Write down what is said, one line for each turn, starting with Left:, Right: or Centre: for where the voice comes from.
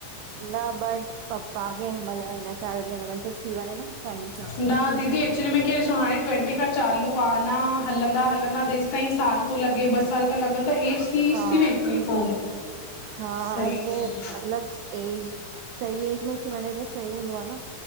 Right: न बट पप्पा खे हिंन मल हिन साल हिय लगल तस हिन साल थी वञे न। टाइम सां।
Left: न दीदी एक्चुली में कियं ॾिसो हाणे ट्वटी फाइव चालू आहे न हलंदा -हलंदा तेस ताईं साल तो लॻे ॿ साल त लॻन। त एसी
Right: हा,
Left: ईएसी वेंे पोइ <unintelligible>
Right: हा
Left: सही
Right: ऐं पो मतलब एज सही एज में थी वञे त सुठो। सही हूंदो आह न।